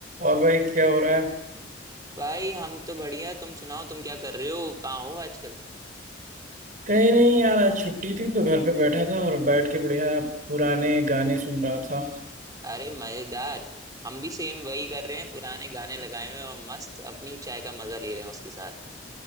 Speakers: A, on the right; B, on the right.
A: और भाई क्या हो रहा है
B: भाई हम तो बढ़िया तुम सुनाओ तुम क्या कर रहे हो कहाँ हो आजकल
A: कहीं नहीं यार आज छुट्टी थी तो घर पे बैठा था और बैठ के बढ़िया पुराने गाने सुन रहा था
B: अरे मजेदार हम भी सेम वही कर रहे हैं पुराने गाने लगाए हुए हैं और मस्त अपनी चाय का मजा ले रहे हैं उसके साथ